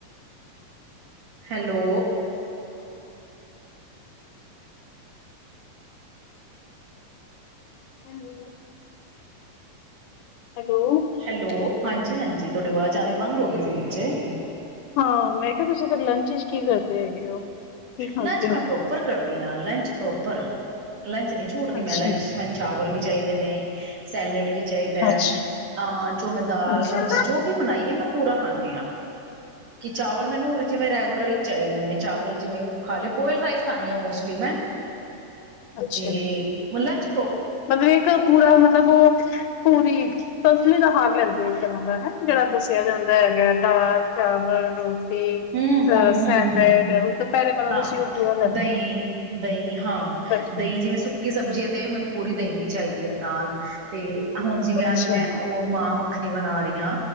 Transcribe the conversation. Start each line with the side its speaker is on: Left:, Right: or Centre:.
Right: Hello.
Left: Hello hello
Right: hello ਹਾਂਜੀ-ਹਾਂਜੀ ਤੁਹਾਡੀ ਆਵਾਜ਼ ਆਣੀ ਬੰਦ ਹੋ ਗਈ ਸੀ ਵਿੱਚੇ-
Left: ਹਾਂ ਮੈਂ ਕਿਹਾ ਤੁਸੀਂ ਤਾਂ ਲੰਚ ਵਿਚ ਕੀ ਕਰਦੇ ਹੈਗੇ ਹੋ? ਕੀ ਖਾਂਦੇ
Right: ਲੰਚ ਮੈਂ
Left: ਹੋ
Right: ਪ੍ਰੋਪਰ ਕਰਦੀ ਹਾਂ ਲੰਚ ਪ੍ਰੋਪਰ ਲੰਚ ਨਹੀਂ ਛੋੜਦੀ
Left: ਅੱਛਾ
Right: ਮੈਂ ਲੰਚ ਮੈਨੂੰ ਚਾਵਲ ਵੀ ਚਾਹੀਦੇ ਨੇ ਸੈਲਡ ਵੀ ਚਾਹੀਦਾ
Left: ਅੱਛਾ
Right: ਅਹ ਜੋ ਮੈਂ ਦਾਲ
Left: ਅੱਛਾ
Right: ਸਬਜ਼ੀ ਜੋ ਵੀ ਬਣਾਈ ਹੈ ਮੈਂ ਪੂਰਾ ਖਾਂਣੀ ਹਾਂ। ਕਿ ਚਾਵਲ ਮੈਨੂੰ ਜਿਵੇਂ ਰੈਗੂਲਰ ਹੀ ਚਾਹੀਦੇ ਨੇ ਚਾਵਲ ਜਿਵੇਂ ਹਲੇ ਬੋਤਲ ਰਾਈਸ ਖਾਂਣੀ ਹਾਂ ਮੋਸਟਲੀ ਮੈਂ
Left: ਅੱਛਾ
Right: ਤੈ
Left: ਅੱਛਾ
Right: ਲੰਚ ਚ ਬ
Left: ਮਤਲਬ ਇੱਕ ਪੂਰਾ ਮਤਲਬ ਉਹ ਪੂਰੀ ਸੰਤੁਲਿਤ ਆਹਾਰ ਲੈਂਦੇ। ਦਾ ਹੈ ਜਿਹੜਾ ਦੱਸਿਆ ਜਾਂਦਾ ਹੈਗਾ ਦਾਲ-ਚਾਵਲ -ਰੋਟੀ
Right: ਹੂੰ-ਹੂੰ-ਹੂੰ-ਹੂੰ
Left: ਅ ਸੈਲਡ ਦੁਪਹਿਰੇ ਮਤਲਬ
Right: ਹਾਂ
Left: ਤੁਸੀਂ ਉਹ ਪੂਰਾ ਲੈਂਦੇ
Right: ਦਹੀਂ
Left: ਹੋ
Right: ਦਹੀਂ। ਹਾਂ
Left: ਅੱਛਾ
Right: ਦਹੀਂ ਜਿਵੇਂ ਸੁੱਕੀ ਸਬਜ਼ੀ ਆ ਤੇ ਮੈਨੂੰ ਪੂਰੀ ਦਹੀਂ ਵੀ ਚਾਹੀਦੀ ਹੈ ਨਾਲ ਤੇ- ਹੁਣ ਜਿਵੇਂ
Left: ਅੱਛਾ
Right: ਅੱਜ ਮੈਂ ਉਹ ਮਾਂ-ਮ ੱਖਣੀ ਬਣਾ ਰਹੀ ਹ